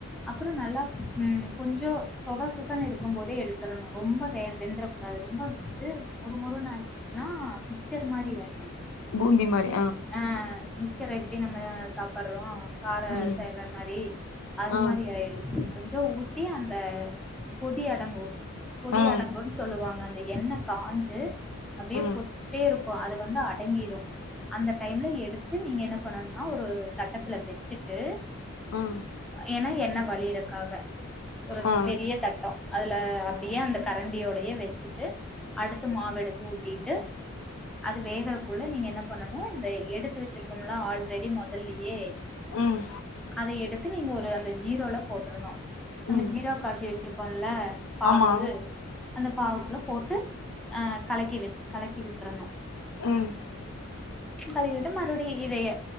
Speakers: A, in the centre; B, on the left.
A: அப்புறோ நல்லா ம் கொஞ்சோ சொத சுதன்ன இருக்கும் போதே எடுத்துரனு ரொம்ப வே வெந்தரக் கூடாது ரொம்ப வந்து மொறு மொறுன்னு ஆகிடுச்சின்னா மிச்சர் மாதிரி ஆயிடும்
B: பூந்தி மாரி
A: ஆ மிச்சர எப்படி நம்ம சாப்படுறோம் கார
B: ம்
A: சேந்த மாரி அது
B: ஆ
A: மாரி ஆயிரு கொஞ்ச ஊத் தி அந்த கொதி அடங்கும் கொதி
B: ஆ
A: அடங்குன் சொல்லுவாங்க அந்த எண்ணெ காஞ்சி அப்டியே
B: ஆ
A: கொதிச்சிட்டேருக்கு அது வந்து அடங்கிரும் அந்த டைம்ல எடுத்து நீங்க என்ன பண்ணும்னா ஒரு தட்டத்துல ச்சிட்டு
B: ஆ
A: ஏன்னா எண்ணெய் வழியருக்காக ஒரு
B: ஆ
A: பெரிய தட்டோ அதுல அப்டியே அந்த கரண்டியோடையே வெச்சு ட்டு அடுத்து மாவு எடுத்து ஊத்திட்டு அது வேகக்குள்ள நீங்க என்ன பண்ணணு இந்த எடுத்து வச்சிருப்போம்ல்ல ஆல்ரெடி முதல்லயே
B: ம்
A: அத எடுத்து நீங்க ஒரு அந்த ஜீரோல போட்ரணு அந்த
B: ம்
A: ஜீரா காச்சி வெச்சிருக் க்குல்ல பாவு
B: ஆமா
A: இது அந்த பாவுக்குல போட்டு அ கலக்கி வி கலக்கி விட்றணு
B: ம்
A: கலைகட்டோ மறுபடியு இதைய